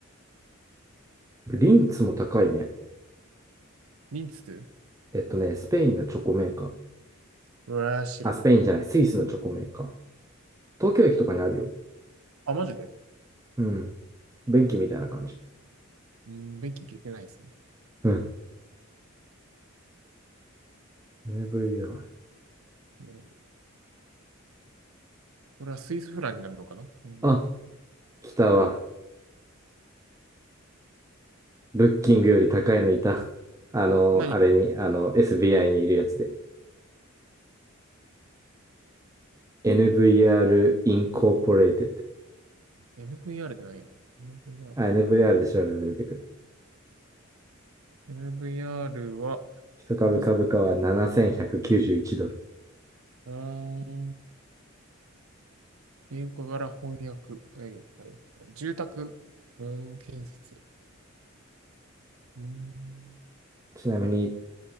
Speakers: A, on the right (about 15°); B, on the right (about 85°).
A: リンツも高いね。
B: リンツ
A: えっとね、スペインのチョコメーカー。
B: うわ、知らん。
A: あ、スペインじゃない、スイスのチョコメーカー。東京駅とかにあるよ。
B: あ、マジで
A: うん。便器みたいな感じ。
B: うん、電気消えてないですね。
A: うん。VR。
B: なるほどこれはスイスフランになるのかなうん。
A: あ、来たわ。ブッキングより高いのいた。あの、
B: 何
A: あれに、あの、SBI にいるやつで。NVR Incorporated。
B: ?NVR って何や ?NVR。
A: あ、NVR で調べれば出てくる。
B: NVR は、
A: 一株株価は7191ドル。
B: ですあー英語科から翻訳、はいはい、住宅、うん、建設。うん、
A: ちなみに、